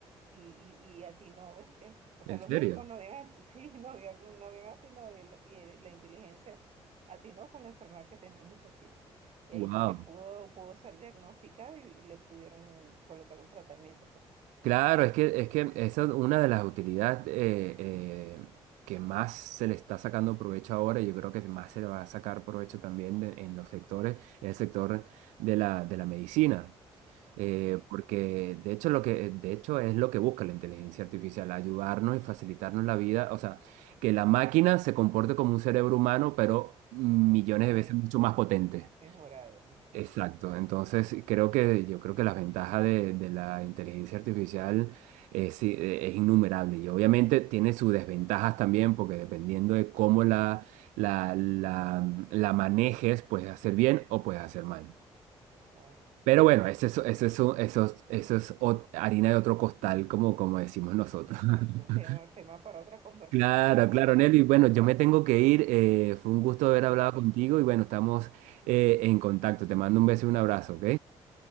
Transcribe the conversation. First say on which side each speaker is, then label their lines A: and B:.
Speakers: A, on the right; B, on the right.
A: y, y, y atinó, ¿viste? O sea,
B: en
A: los
B: serio,
A: médicos no habían, <laughs> sí, no habían, no habían atinado y, el- y el- la inteligencia atinó con la enfermedad que tenía el muchachito. Y
B: wow.
A: ahí fue que pudo, pudo ser diagnosticado y, y le pudieron colocar un tratamiento, pues.
B: Claro, es que, es que esa es una de las utilidades eh, eh, que más se le está sacando provecho ahora. y Yo creo que más se le va a sacar provecho también de- en los sectores, en el sector de la, de la medicina. Eh,
A: Sí,
B: porque de hecho, lo que, de hecho es lo que busca la inteligencia artificial, ayudarnos y facilitarnos la vida. O sea, que la máquina se comporte como un cerebro humano, pero millones
A: me,
B: de veces mucho más potente.
A: mejorado, mejorado,
B: Exacto,
A: sí.
B: entonces creo que yo creo que la ventaja de, de la inteligencia artificial es, sí, eh, es innumerable y obviamente tiene sus desventajas también porque dependiendo de cómo la, la, la, mm, la manejes, puedes hacer bien o puedes hacer mal.
A: Claro.
B: Pero bueno, eso es, eso es, un- eso es- eso es ot- harina de otro costal, como, como decimos nosotros.
A: Exacto,
B: <laughs>
A: tema, tema para otra conversación,
B: Claro,
A: más
B: claro,
A: adelante.
B: Nelly. Bueno,
A: <laughs>
B: yo me tengo que ir. eh, fue un gusto haber
A: Cuídate.
B: hablado contigo y bueno, estamos eh, en contacto. Te mando un beso y un abrazo, ¿ok?